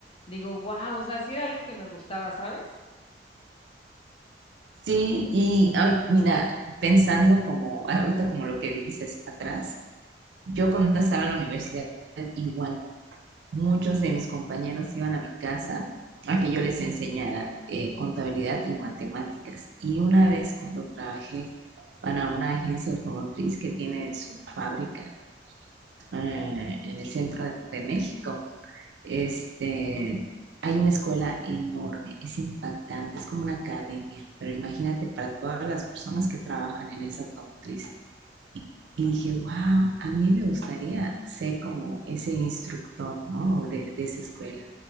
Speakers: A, on the left; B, on the right.
A: digo, wow, o sea, sí era algo que me gustaba, ¿sabes?
B: Sí, y ay, mira, pensando como ahorita como lo que dices atrás, yo cuando estaba en la universidad igual Muchos de mis compañeros iban a mi casa a que yo les enseñara eh, contabilidad y matemáticas. Y una vez cuando trabajé para una agencia automotriz que tiene su fábrica eh, en el centro de México, este, hay una escuela enorme, es impactante, es como una academia, pero imagínate para todas las personas que trabajan en esa automotriz. Y dije, wow, a mí me gustaría ser como ese instructor, ¿no? De, de esa escuela.